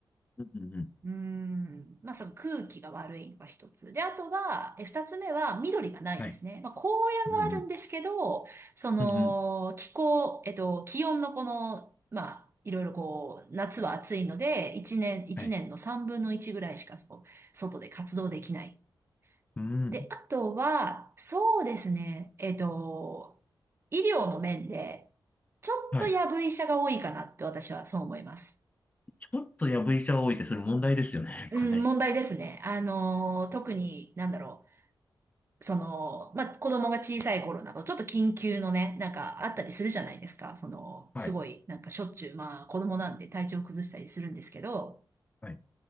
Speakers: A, on the left; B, on the right.
A: うん、うん、うん。
B: うーん。まあ、その空気が悪いのが一つ。で、あとは、え、二つ目は緑がないですね。
A: はい。
B: まあ、公園はあるんですけど、
A: うん、
B: その、
A: うん、うん、うん。
B: 気候、えっと、気温のこの、まあ、いろいろこう、夏は暑いので、一年、一年の三分の一ぐらいしか、
A: はい。
B: そう、外で活動できない。
A: うん、
B: で、あとは、そうですね。えっと、医療の面で、ちょっとやぶ医者が多いかなって私はそう思います。
A: はい。ちょっとやぶ医者が多いってそれ問題ですよね、
B: うん、
A: かなり。
B: 問題ですね。あのー、特に、なんだろう。その、まあ、子供が小さい頃など、ちょっと緊急のね、なんかあったりするじゃないですか。その、
A: はい、
B: すごい、なんかしょっちゅう、まあ、子供なんで体調崩したりするんですけど、
A: はい、